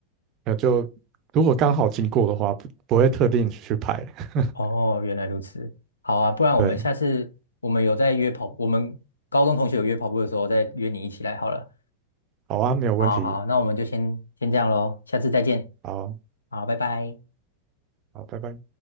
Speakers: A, on the right; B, on the left.
A: 那就如果刚好经过的话，不不会特定去拍，<laughs>
B: 哦，原来如此。好啊，不然我们下次我们有在约跑，
A: 对，
B: 我们高中同学有约跑步的时候，再约你一起来好了。
A: 好啊，没有问题，
B: 好好，那我们就先先这样喽，下次再见。
A: 好，
B: 好，拜拜。
A: 好，拜拜。